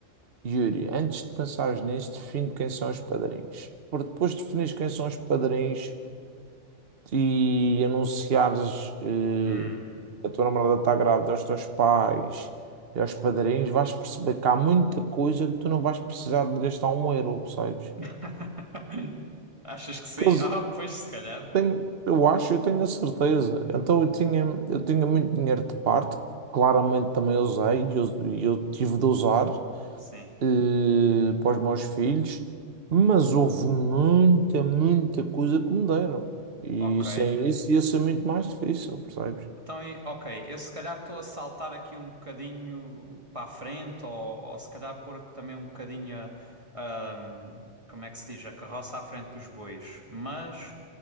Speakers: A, on the right; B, on the right.
A: Yuri, antes de pensares nisso, define quem são os padrinhos. Porque depois de definires quem são os padrinhos, e, e anunciares eh,
B: Hum.
A: que a tua namorada está grávida aos teus pais e aos padrinhos, vais perceber que há muita coisa que tu não vais precisar de gastar um euro, percebes?
B: <laughs> Achas que sim?
A: Que eles
B: Ah, pois se calhar.
A: têm, eu acho, eu tenho a certeza. Então eu tinha, eu tinha muito dinheiro de parte, claramente também usei e eu, e eu tive de usar
B: Sim.
A: eh, para os meus filhos, mas houve muita, muita coisa que me deram. E
B: Ok.
A: sem isso ia ser muito mais difícil, percebes?
B: Então, e- ok, eu se calhar estou a saltar aqui um bocadinho para a frente, ou, ou se calhar pôr também um bocadinho a, a- hum, como é que se diz, a carroça à frente dos bois. Mas,